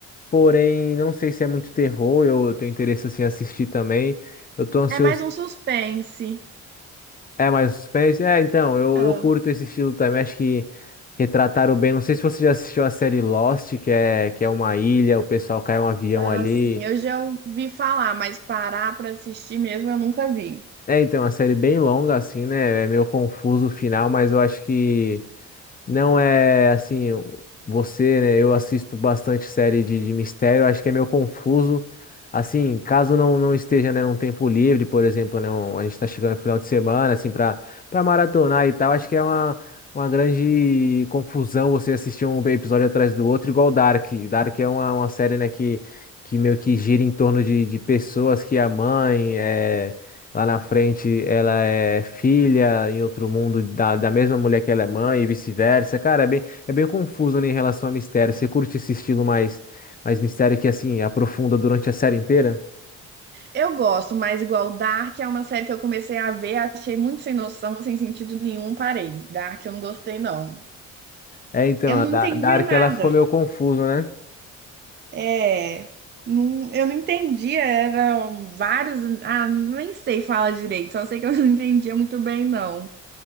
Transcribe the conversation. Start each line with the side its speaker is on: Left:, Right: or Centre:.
Left: porém, não sei se é muito terror, eu, eu tenho interesse, assim, em assistir também. Eu tô ansioso.
Right: É mais um suspense.
Left: É mais suspense? É, então, eu,
Right: Ah,
Left: eu curto esse estilo também, acho que retrataram bem. Não sei se você já assistiu a série Lost, que é, que é uma ilha, o pessoal cai um avião
Right: ah,
Left: ali.
Right: sim, eu já ouvi falar, mas parar pra assistir mesmo eu nunca vi.
Left: É, então, é uma série bem longa, assim, né? É meio confuso o final, mas eu acho que. Não é assim, você, né? Eu assisto bastante série de, de mistério, acho que é meio confuso. Assim, caso não, não esteja, né, num tempo livre, por exemplo, né, um- a gente tá chegando no final de semana, assim, para para maratonar e tal, acho que é uma, uma grande confusão você assistir um episódio atrás do outro, igual Dark. Dark é uma, uma série, né, que, que meio que gira em torno de, de pessoas que a mãe é. Lá na frente, ela é filha em outro mundo da, da mesma mulher que ela é mãe e vice-versa. Cara, é bem, é bem confuso, né, em relação a mistério. Você curte esse estilo mais, mais mistério que, assim, aprofunda durante a série inteira?
Right: Eu gosto, mas igual Dark é uma série que eu comecei a ver, achei muito sem noção, sem sentido nenhum, parei. Dark eu não gostei, não.
Left: É, então,
Right: Eu
Left: a
Right: não
Left: da-
Right: entendia
Left: Dark,
Right: nada.
Left: ela ficou meio confusa, né?
Right: É, não, eu não entendia, eram vários, ah, nem sei falar direito, só sei que eu <laughs> não entendia muito bem, não.